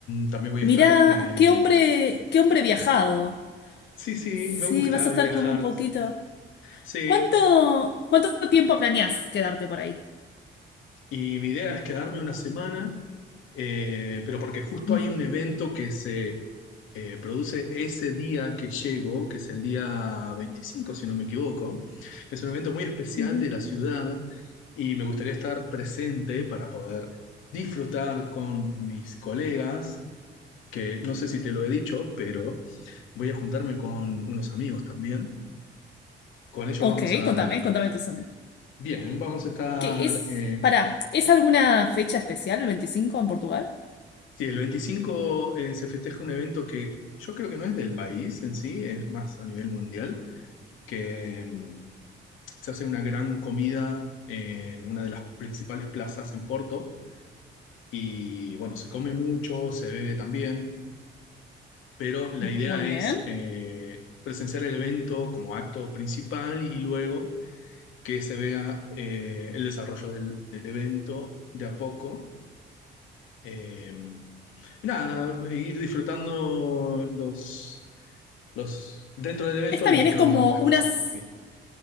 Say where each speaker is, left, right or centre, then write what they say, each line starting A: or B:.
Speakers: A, on the left; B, on the left.
A: también voy
B: Mirá,
A: a estar... eh,
B: qué hombre, qué hombre viajado.
A: sí, sí,
B: Sí,
A: me gusta
B: vas a estar
A: viajar.
B: como un poquito.
A: Sí,
B: ¿Cuánto, cuánto tiempo planeás quedarte por ahí?
A: y mi idea es quedarme una semana, eh, pero porque justo
B: Ujú,
A: hay un evento que se, eh, produce ese día que llego, que es el día 25 si no me equivoco. Es un evento muy especial
B: ujú.
A: de la ciudad y me gustaría estar presente para poder disfrutar con mis colegas, que no sé si te lo he dicho, pero voy a juntarme con unos amigos también. Con ellos
B: Ok,
A: vamos a...
B: contame, contame entonces también.
A: Bien, vamos a estar...
B: ¿Qué es?
A: eh,
B: Pará, ¿es alguna fecha especial el 25 en Portugal?
A: sí, el 25 eh, se festeja un evento que yo creo que no es del país en sí, es más a nivel mundial, que mm, se hace una gran comida en una de las principales plazas en Porto y bueno, se come mucho, se bebe también, pero la
B: Ujú.
A: idea
B: Muy bien.
A: es eh, presenciar el evento como acto principal y luego que se vea eh, el desarrollo del, del, evento de a poco. Eh, nada, ir disfrutando los, los dentro del evento
B: Está
A: los,
B: bien, es
A: los,
B: como
A: los, las
B: unas,
A: cosas más bien.